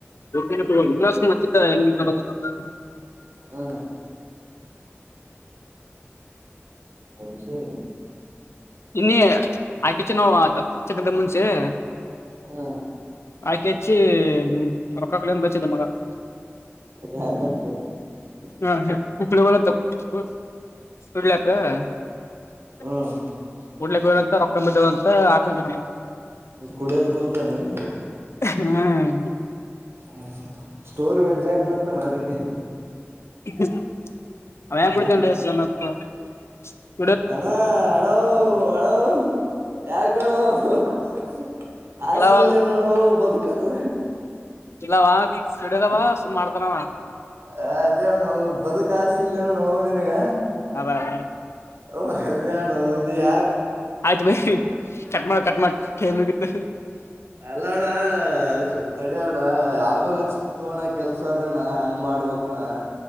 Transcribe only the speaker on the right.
ಹಾ ಮಜ್ಜೆ
ಹ್ಮ
ಯಾಕಂತೆ <inaudible>
ಹ್ಮ್
ಕುಡಿಯದ ಕಲ್ತಾನೆ ನೀಗೆ
ಹ ಸ್ಟೋರಿ ವಜ್ಜೆ ಆಗ್ಲತ್ತ ಅದಕ್ಕೇನು ಹ್ಮ <inaudible>
ಹ
ಅ್ಣ ಆಡ ಹಳ ಯಾರ ಕಣ <inaudible> <inaudible> <inaudible> <inaudible> ಆ
ಇಲ್ಲ ನಾನ ಬದುಕದು
ಹ ಅದೇಣ ಬದುಕ ಆಶ ಇಿಲ್ಲ ನೋಣ ನಿನಗ
ಅರೆಯಣೋ ನೀ ಯಾ
ಅಲ್ಲ ಅಣ್ಣ ಸ್ವಪ್ ತಡ ಅಣ್ಣ ಯಾವ್ಯಾಗಚ್ ಕುತ್ ಅಣ್ಣ ಕೆಲ್ಸ ಅದಣ್ಣ ಹಂಗ್ ಮಾಡ್ಬಣ್ಣ